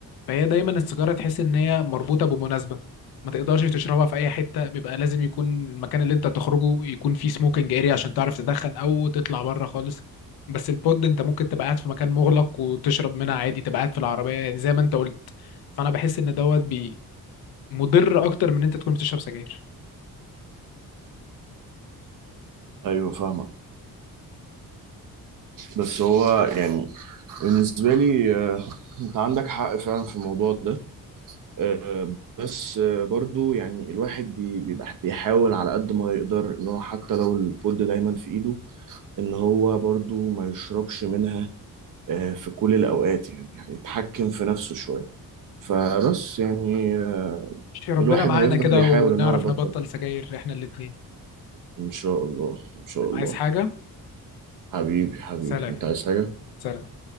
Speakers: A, on the left; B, on the right.
A: فهي دايما السيجاره تحس ان هي مربوطه بمناسبه ما تقدرش تشربها في اي حته بيبقى لازم يكون المكان اللي انت تخرجه يكون فيه سموكينج اريا عشان تعرف تدخن او تطلع بره خالص بس البود انت ممكن تبقى قاعد في مكان مغلق وتشرب منها عادي تبقى قاعد في العربيه يعني زي ما انت قلت فانا بحس ان دوت بي مضر اكتر من ان انت تكون بتشرب سجاير
B: ايوه فاهمك بس هو يعني بالنسبة لي آه، انت عندك حق فعلا في الموضوع ده آه، بس آه، برضو يعني الواحد بي- بيبقى بيحاول على قد ما يقدر ان هو حتى لو الفود دايما في ايده ان هو برضو ما يشربش منها آه، في كل الاوقات يعني يعني يتحكم في نفسه شوية فبس يعني آه،
A: ماشي ربنا
B: الواحد
A: معانا
B: هيفضل
A: كده
B: يحاول
A: ونعرف
B: ان هو يبطل
A: نبطل سجاير احنا الاتنين
B: ان شاء الله ان شاء الله
A: عايز حاجة
B: حبيبي حبيبي
A: سلام
B: انت عايز حاجة
A: سلام